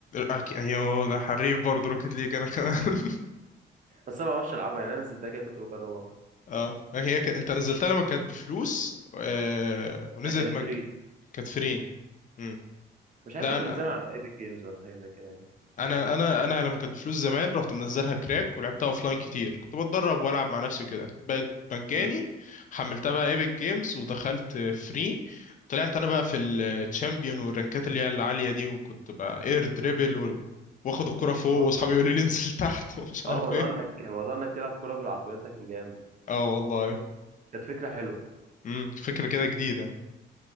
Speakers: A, on the left; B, on the right.
A: أكي- ايوه ده حريف برضه روكيت ليج انا كمان <laughs>
B: بس انا ما بعرفش العبها يعني انا نزلتها كده كنت بجربها
A: اه هي ك... انت نزلتها لما كانت بفلوس آه... ونزلت
B: لا كانت
A: مج...
B: فري
A: كانت فري مم.
B: مش عارف
A: لا
B: كنت
A: انا
B: منزلها على ايبك جيمز ولا حاجه زي كده يعني
A: انا انا انا لما كانت بفلوس زمان رحت منزلها كراك ولعبتها اوفلاين كتير كنت بتدرب والعب مع نفسي وكده بقت مجاني
B: امم
A: حملتها بقى ايبك جيمز ودخلت فري طلعت انا بقى في الشامبيون والرانكات اللي هي العالية دي وكنت بقى اير دريبل و... واخد الكرة فوق
B: اه
A: واصحابي يقولوا لي انزل تحت <laughs> ومش عارف
B: اه موضوع
A: ايه
B: انك موضوع انك تلعب كوره بالعربيات ده كان جامد
A: اه والله
B: كانت فكره حلوه
A: امم فكرة كده جديدة